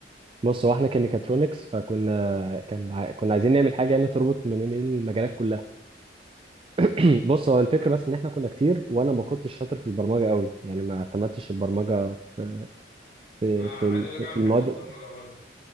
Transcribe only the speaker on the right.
بص هو احنا كميكاترونكس فكنا كان ع- كنا عايزين نعمل حاجه يعني تربط من من المجالات كلها <clears throat> بص هو الفكره
بس ان احنا كنا كتير وانا ما كنتش شاطر في البرمجه قوي يعني ما اعتمدتش البرمجه في في
في
ال-
في
المواد